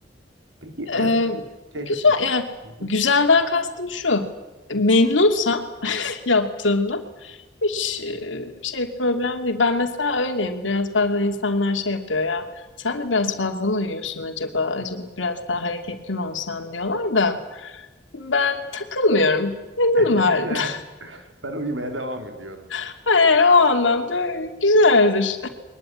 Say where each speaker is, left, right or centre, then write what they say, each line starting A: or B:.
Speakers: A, on the right (about 80°); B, on the left (about 85°).
A: Peki en
B: Ee,
A: son şey
B: güzel
A: şu şey-
B: yani
A: Hı hı.
B: güzelden kastım şu. Memnunsam yaptığımda Hiç e, şey problem değil. Ben mesela öyleyim. Biraz bazen insanlar şey yapıyor ya. Sen de biraz fazla mı uyuyorsun acaba? Acaba biraz daha hareketli mi olsan diyorlar da. Ben takılmıyorum. Memnunum
A: <laughs>
B: halimden.
A: Ben uyumaya devam ediyorum.
B: <laughs> Eğer o anlamda güzeldir.